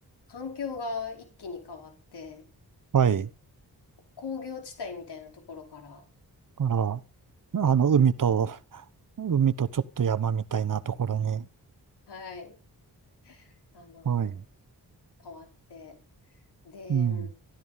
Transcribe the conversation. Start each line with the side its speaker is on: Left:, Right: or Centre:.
Left: 環境が一気に変わって、
Right: はい。
Left: 工業地帯みたいなところから、
Right: か
Left: あの
Right: ら、あの、
Left: うん
Right: 海と、海とちょっと山みたいなところに。
Left: はい。あの、
Right: はい、
Left: 変わって。で、
Right: うん、